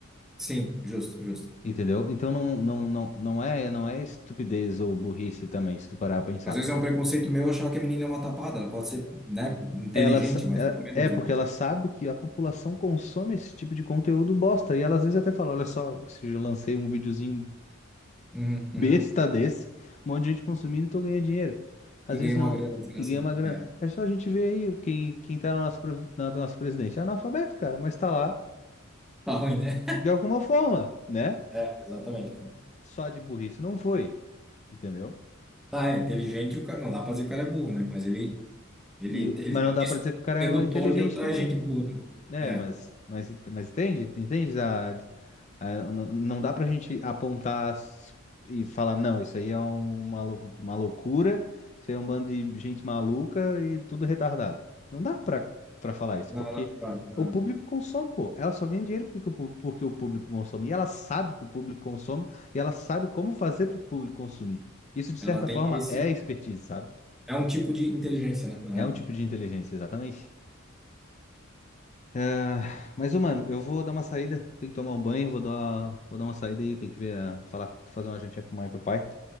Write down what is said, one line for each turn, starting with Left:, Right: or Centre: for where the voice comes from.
Centre: Sim, justo, justo.
Left: Entendeu? Então não, não, não, não é, não é estupidez ou burrice também, se tu parar a pensar.
Centre: Às vezes é um preconceito meu achar que a menina é uma tapada. Ela pode ser, né, inteligente,
Left: Ela, sa-
Centre: mas pelo menos...
Left: é é porque
Centre: o-
Left: ela sabe que a população consome esse tipo de conteúdo bosta. E ela às vezes até fala: Olha só, se eu lancei um videozinho
Centre: Uhum, uhum.
Left: besta desse, um monte de gente consumindo e tô ganhando dinheiro. Às
Centre: E ganha
Left: vezes não,
Centre: uma grana desgraçada.
Left: e ganha uma grana.
Centre: É,
Left: É só a gente ver aí quem, quem tá na nossa, pre- na nossa presidente. É analfabeto, cara, mas tá lá
Centre: tá ruim, né?
Left: de alguma forma, né?
Centre: É, exatamente, cara.
Left: Só de burrice não foi, entendeu?
Centre: Tá, é inteligente, o cara, não dá pra dizer que o cara é burro, né? Mas ele, Ele,
Left: E,
Centre: te- ele
Left: mas
Centre: tem
Left: não
Centre: um
Left: dá
Centre: disco
Left: pra dizer que o cara
Centre: redutor
Left: é inteligente
Centre: que atrai
Left: também.
Centre: gente burra.
Left: É,
Centre: É.
Left: mas, mas, mas entende? Entende? A, a- não não dá pra gente apontar s- e falar, não, isso aí é uma, lou- uma loucura, isso aí é um bando de gente maluca e tudo retardado. Não dá pra, pra falar isso,
Centre: Não,
Left: porque
Centre: não, claro. aham.
Left: o público consome, pô. Ela só ganha dinheiro porque o, pu- porque o público consome. E ela sabe que o público consome, e ela sabe como fazer pro público consumir. Isso, de
Centre: Ela
Left: certa
Centre: tem
Left: forma,
Centre: esse.
Left: é expertise, sabe?
Centre: É um tipo de inteligência, né? Na
Left: É
Centre: real.
Left: um tipo de inteligência, exatamente. Ah, Mas, ô, mano, eu vou dar uma saída. Tenho que tomar um banho, vou dar, vou dar uma saída aí. Tem que ver, a- falar, fazer uma jantinha pra mãe e pro pai.